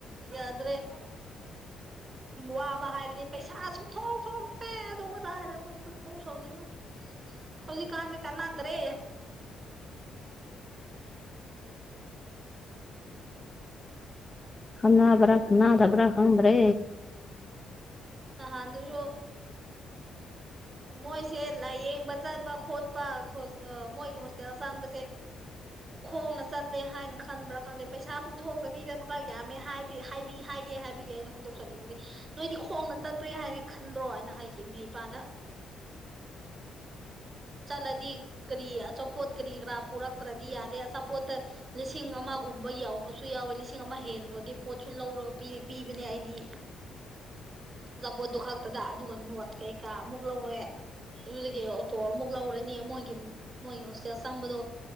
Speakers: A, on the right; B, on the left.
A: ꯌꯥꯗ꯭ꯔꯦ ꯋꯥꯃ ꯍꯥꯏꯔꯗꯤ ꯄꯩꯁꯥꯁꯨ ꯊꯣꯛꯇꯔ꯭ꯦ ꯑꯗꯨꯒꯤ ꯈꯣꯏꯗꯧ ꯁꯧꯅꯤꯡꯏ ꯍꯧꯖꯤꯛ ꯀꯥꯟꯗꯤ ꯀꯟꯅꯥꯗ꯭ꯔꯦ
B: ꯀꯅꯥꯟꯕꯔ ꯀꯅꯥꯗꯕꯔꯥ ꯈꯪꯗꯔ꯭ꯦ
A: ꯅꯍꯥꯟ ꯑꯗꯨꯁꯨ ꯃꯣꯏꯁꯦ ꯂꯥꯏꯌꯦꯡꯕ ꯆꯠꯄ ꯈꯣꯠꯄ ꯃꯣꯏꯒꯤ ꯍꯣꯁꯇꯦꯜ ꯆꯥꯡꯕꯁꯦ ꯈꯣꯡꯅ ꯆꯠꯂꯦ ꯍꯥꯏꯅ ꯈꯟꯕ꯭ꯔꯥ ꯀꯥꯟꯗ ꯄꯩꯁꯥ ꯄꯨꯊꯣꯛꯇꯕꯤꯗ ꯊꯕꯛ ꯌꯥꯝꯃꯦꯕꯤ ꯍꯥꯏ ꯑꯦ ꯍꯥꯏꯕꯒꯤ ꯑꯩꯅ ꯈꯨꯗꯧ ꯆꯅꯤꯡꯕꯒꯤ ꯅꯣꯏꯗꯤ ꯈꯣꯡꯅ ꯆꯠꯄ꯭ꯔꯦ ꯍꯥꯏꯅ ꯈꯟꯕ꯭ꯔꯣ ꯑꯩꯅ ꯍꯥꯏꯈꯤꯕ ꯑꯩꯅꯥ ꯏꯄꯥꯗ ꯆꯠꯂꯗꯤ ꯀꯔꯤ ꯑꯆꯥꯄꯣꯠ ꯀꯔꯤ ꯀꯔꯥ ꯄꯨꯔꯛꯇ꯭ꯔꯗꯤ ꯌꯥꯗꯦ ꯑꯆꯥꯄꯣꯠꯇ ꯂꯤꯁꯤꯡ ꯑꯃꯒ ꯌꯥꯎꯕ ꯌꯥꯎꯋꯦ ꯂꯤꯁꯤꯡ ꯑꯃ ꯍꯦꯟꯕꯒꯤ ꯄꯣꯠꯁꯨ ꯂꯧꯔ ꯄꯤꯕꯅꯦ ꯑꯩꯗꯤ ꯑꯆꯥꯄꯣꯠꯇꯣ ꯈꯛꯇꯗ ꯑꯗꯨꯒ ꯅꯣꯠ ꯀꯩꯀꯥ ꯑꯃꯨꯛ ꯂꯧꯋꯦ ꯑꯗꯨꯗꯒꯤ ꯑꯣꯇꯣ ꯑꯃꯨꯛ ꯅꯤ ꯃꯣꯏꯒꯤ ꯃꯣꯏꯒꯤ ꯍꯣꯁꯇꯦꯜ ꯆꯪꯕꯗꯣ